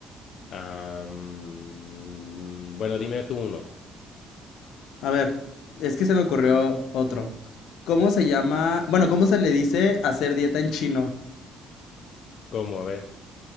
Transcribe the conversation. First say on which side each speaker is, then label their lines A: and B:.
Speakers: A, on the left; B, on the left.
A: am, bueno, dime tú uno.
B: A ver, es que se me ocurrió otro. ¿Cómo se llama? Bueno, ¿cómo se le dice hacer dieta en chino?
A: ¿Cómo? A ver.